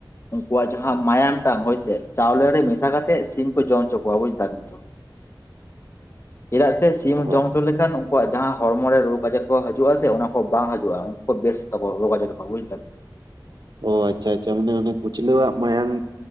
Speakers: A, on the left; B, on the right.
A: ᱩᱱᱠᱩᱣᱟᱜ ᱡᱟᱦᱟᱸ ᱢᱟᱭᱟᱢ ᱴᱟᱝ ᱦᱳᱭᱥᱮ ᱪᱟᱣᱞᱮ ᱨᱮ ᱢᱮᱥᱟ ᱠᱟᱛᱮᱫ ᱥᱤᱢ ᱠᱚ ᱡᱚᱢ ᱦᱚᱪᱚ ᱠᱚᱣᱟ ᱵᱩᱡᱫᱟ ᱵᱮᱱ ᱛᱷᱚ ᱪᱮᱫᱟᱜ ᱥᱮ ᱥᱤᱢ
B: ᱦᱳᱭ
A: ᱡᱚᱢ ᱦᱚᱪᱚ ᱞᱮᱠᱷᱟᱱ ᱩᱱᱠᱩᱣᱟᱜ ᱡᱟᱦᱟᱸᱼᱼ ᱦᱚᱲᱢᱚ ᱨᱮ ᱨᱳᱜᱽ ᱟᱡᱟᱨ ᱠᱚ ᱦᱤᱡᱩᱜᱼᱟ ᱥᱮ ᱚᱱᱟ ᱠᱚ ᱵᱟᱝ ᱦᱤᱡᱩᱜᱼᱟ ᱩᱱᱠᱩ ᱵᱮᱥ ᱛᱟᱠ ᱨᱳᱜᱽ ᱟᱡᱟᱨ ᱠᱚ ᱵᱩᱡ ᱫᱟᱵᱮᱱ
B: ᱚ ᱟᱪᱪᱷᱟ ᱟᱪᱪᱷᱟ ᱢᱟᱱᱮ ᱚᱱᱮ ᱠᱩᱪᱞᱟᱹᱣᱟᱜ ᱢᱟᱭᱟᱝ